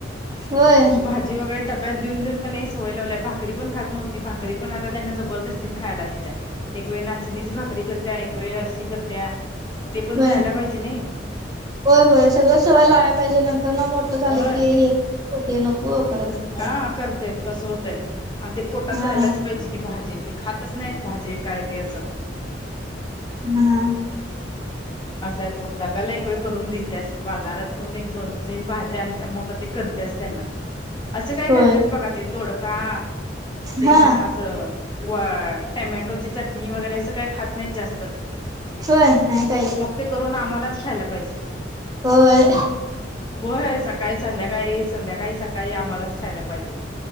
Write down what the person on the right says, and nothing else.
होय
होय
होय, होय, सगळं सवय लागाय पाहिजे, नंतर म मोठ झालं
की हे हो नको करत बसतात
हा
हा
होय
हा
होय नाही काही
होय